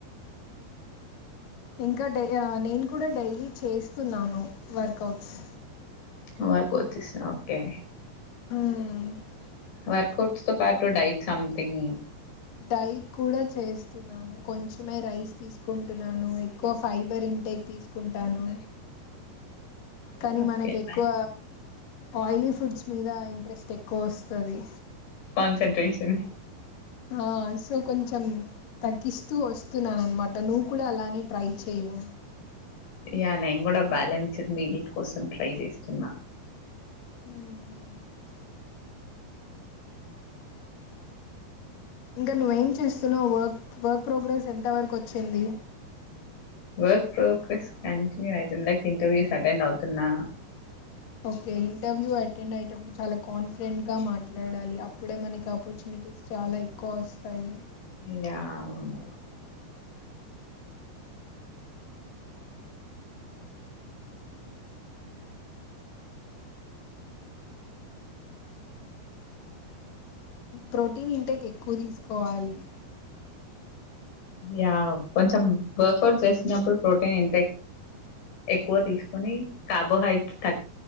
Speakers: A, on the left (about 60°); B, on the left (about 80°).
A: ఇంకడ్ యా నేను కూడా డైలీ చేస్తున్నాను వర్కౌట్స్
B: వ కో వచ్చస్న ఓకే
A: మ్మ్
B: వర్కౌట్స్ తో పాటు డైట్ సంథింగ్
A: డైట్ కూడా చేస్తున్నాను, కొంచెమే రైస్ తీసుకుంటున్నాను ఎక్కువ ఫైబర్ ఇంటేక్ తీసుకుంటాను. కానీ
B: ఓకే.
A: మనకెక్కువ
B: నైస్.
A: ఆయిలీ ఫుడ్స్ మీద ఇంట్రెస్ట్ ఎక్కువ వస్తాది
B: కాన్సంట్రేషన్
A: ఆ సో కొంచం తగ్గిస్తూ ఒస్తున్నాను అన్మాట నువ్వు కూడా అలానే ట్రై చేయు
B: యా నేన్ గుడా బ్యాలెన్స్డ్ మీల్ కోసం ట్రై జేస్తున్న
A: హుమ్ ఇంకా నువ్వేం చేస్తున్నావ్ వా వర్క్ ప్రోగ్రెస్ ఎంత వరకు ఒచ్చింది
B: వర్క్ ప్రోగ్రెస్ కంటిన్యూ ఐతుంది లైక్ ఇంటర్వ్యూస్ అటెండ్ అవ్తున్నా
A: ఓకే ఇంటర్వ్యూ అటెండ్ అయేటప్పుడు చాలా కాన్ఫిడెంట్గా మాట్లాడాలి అప్పుడే మనకి ఆపర్చునిటీస్ చాలా ఎక్కువ ఒస్తాయి
B: య్యా ఔను
A: ప్రోటీన్ ఇంటేక్ ఎక్కువ్ తీస్కోవాలి
B: యా కొంచం వర్కౌట్ చేస్నప్పుడు ప్రోటీన్ ఇంటెక్ ఎక్కువ తీస్కుని కార్బోహైడ్రేట్ త